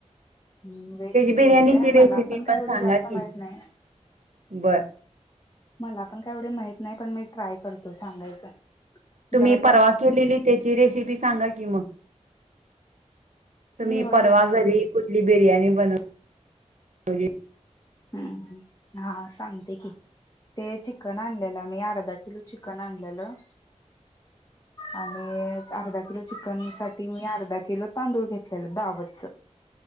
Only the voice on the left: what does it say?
हम्म व्हेज बिर्याणी
काय
मला पण काय एवढी
जास्त
माहित नाही.
मला पण काय एवढे माहित नाही पण मी ट्राय करतो सांगायचं.
जरा त्यात
ती होय
हम्म हा सांगते की ते अ चिकन आणलेलं मी अर्धा किलो चिकन आणलेलं. आणि त अर्धा किलो चिकन सा मी अर्धा किलो तांदूळ घेतलेलं दावतच